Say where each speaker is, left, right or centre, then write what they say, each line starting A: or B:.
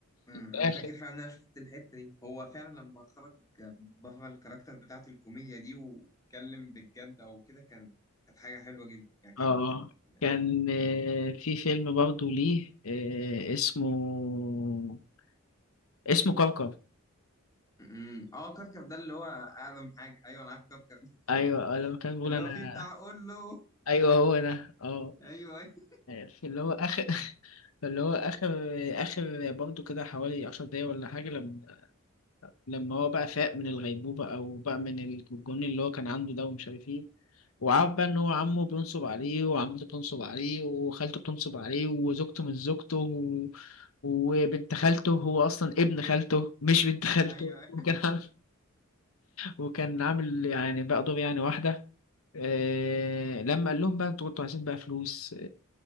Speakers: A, on the left; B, on the left.
A: امم انا
B: آخر
A: فاكر فعلا ان انا شفت الحته دي هو فعلا لما خرج بره الكاركتر بتاعت الكوميديا دي واتكلم بالجد او كده كان كانت حاجه حلوه جدا يعني كان
B: اه
A: كانت
B: كان آه،
A: مم.
B: في فيلم برضه ليه آه، اسمه اسمه كركر
A: مم. اه كركر ده اللي هو اقدم حاجه ايوه انا عارف كركر ده
B: ايوه آه، لما
A: <laughs>
B: كان بيقول
A: اللي
B: انا
A: هو فيه بتاع اقول له
B: ايوه هو انا اه
A: ايوه ايوه <laughs>
B: في اللي هو اخر <laughs> في اللي هو اخر اخر برضه كده حوالي عشر دقايق ولا حاجه لما لما هو بقى فاق من الغيبوبه او بقى من الجنون اللي هو كان عنده ده ومش عارف ايه وعارف بقى ان هو عمه بينصب عليه وعمته بتنصب عليه وخالته بتنصب عليه وزوجته مش زوجته و... وبنت خالته هو اصلا ابن خالته مش بنت خالته
A: ايوه أيوة.
B: <laughs> وكان عامل وكان عامل يعني بقى دور يعني واحدة آه لما قال لهم بقى انتوا كنتوا عايزين بقى فلوس آه